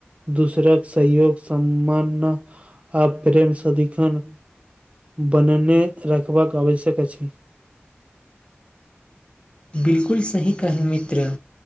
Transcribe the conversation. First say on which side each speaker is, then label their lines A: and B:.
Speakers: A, on the right; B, on the left.
A: दूसराक सहयोग सम्मान आ प्रेम सदिखन बनने रखबाक आवश्यक अछि।
B: बिल्कुल सही कहल मित्र